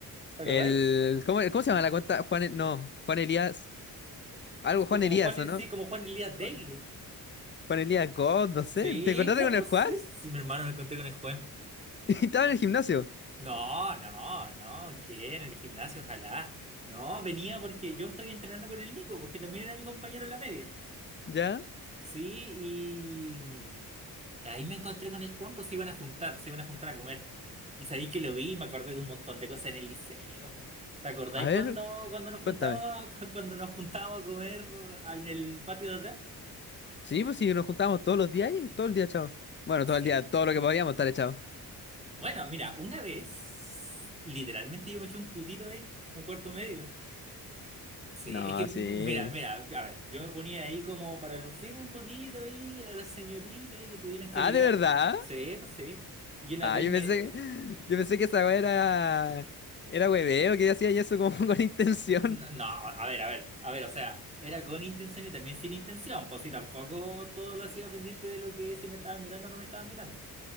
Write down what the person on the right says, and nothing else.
¿Te acordáis?
Ju-
Como
Juan,
sí, como Juan Elías Daily.
Sí,
no,
no
sé si mi hermano me encontré con el Juan.
No, no, no, ¿qué? En el gimnasio, ojalá. No, venía porque yo estoy entrenando con el Nico, porque también era mi compañero en la media.
Sí, y mm, ahí me encontré con el Juan, pues se iban a juntar, se iban a juntar a comer. Y sabí que lo vi y me acordé de un montón de cosas en el liceo. ¿Te acordáis
cuando, cuando nos juntábamos,
a- <laughs> cuando nos juntábamos a comer en el patio de atrás?
Sí.
Bueno, mira, una vez, literalmente yo me eché un tutito ahí, en cuarto medio. Sí,
es que, m-
mira, mira, a ver, yo me ponía ahí como para lucir un poquito ahí a las señoritas ahí que tuvieran que
mirar.
Sí, pues sí. Y una
vez
me...
eh,
No, no, a ver, a ver, a ver, o sea, era con intención y también sin intención, pues sí, tampoco todo lo hacía pendiente de lo que si me estaban mirando o no me estaban mirando.